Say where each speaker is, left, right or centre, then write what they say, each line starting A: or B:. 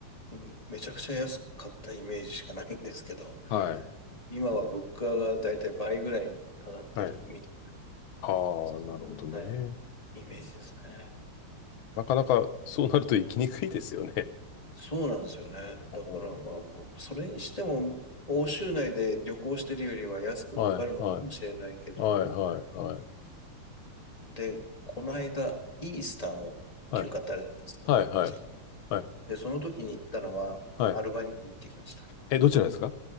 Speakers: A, on the left; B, on the left.
A: うんめちゃくちゃ安かったイメージしかないんですけど、
B: はい。
A: 今は物価がだいたい倍ぐらいに上がってるみたいな、
B: うんはい。ああ、
A: そんな
B: なるほどね。
A: イメージですね。
B: なかなかそうなると生きにくいですよね。
A: そうなんですよね。だから、
B: お
A: まあ、まあそれにしても、欧州内で旅行してるよりは安く上がるのかもしれないけれど、
B: ーはい、はい、はい、はい、
A: で、この間、イースターの休暇ってあるじゃないですか、
B: はい、はい、
A: こっち。
B: はい、はい、はい。
A: で、その時に行ったのは、
B: はい
A: アルバニアに行ってきました。
B: え、どちらですか